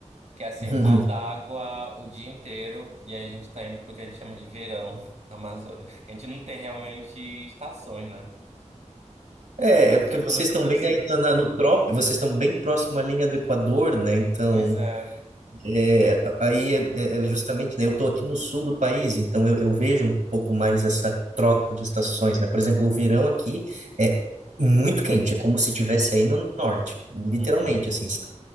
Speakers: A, on the right; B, on the right.
A: que é assim,
B: <laughs>
A: pau d'água o dia inteiro, e aí a gente tá indo pro que a gente chama de verão <laughs> amazônico. A gente não tem realmente estações, né?
B: É,
A: O
B: é porque
A: clima
B: vocês
A: é muito
B: estão
A: parecido.
B: bem ainda na- no trópico, vocês estão bem próximo à linha do Equador, né? Então,
A: Pois é.
B: É, aí é, é- é justamente, né, eu estou aqui no sul do país, então eu, eu vejo um pouco mais essa troca de estações, né? Por exemplo, o verão aqui é muito quente, é como se tivesse aí no norte, literalmente,
A: Uhum,
B: assim,